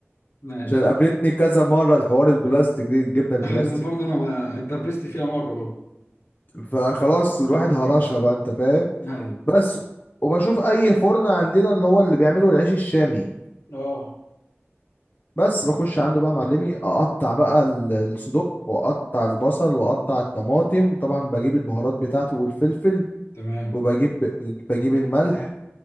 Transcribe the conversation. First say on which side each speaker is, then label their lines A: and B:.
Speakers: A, on the left; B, on the left.
A: ماشي
B: عشان قابلتني كذا مره الحوار البلاستيك دي الجبنه البلاستيك
A: ايوه برضه انا اتدبست فيها مره برضه
B: فخلاص الواحد هرشها بقى انت فاهم
A: ايوه
B: بس وبشوف اي فرن عندنا اللي هو اللي بيعملوا العيش الشامي
A: اه
B: بس بخش عنده بقى معلمي اقطع بقى ال- الصدق واقطع البصل واقطع الطماطم طبعا بجيب البهارات بتاعتي والفلفل
A: تمام
B: وبجيب بجيب الملح